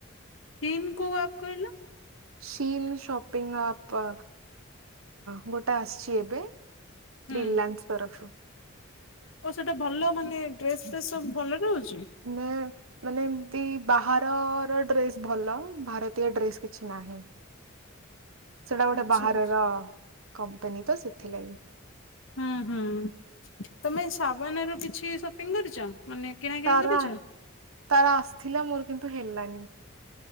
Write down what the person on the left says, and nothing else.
ସିନ୍ କଉ ଆପ୍ କହିଲ?
ହୁଁ
ଓ ସେଟା ଭଲ ମାନେ ଡ୍ରେସ ଫେସ୍ ସବୁ ଭଲରେ ରହୁଛି।
ଆଚ୍ଛା
ଆଚ୍ଛା
ହୁଁ ହୁଁ ତମେ ସାବନା ରୁ କିଛି ସପିଂ କରିଛ? ମାନେ କିଣା କିିଣି
କରିଛ?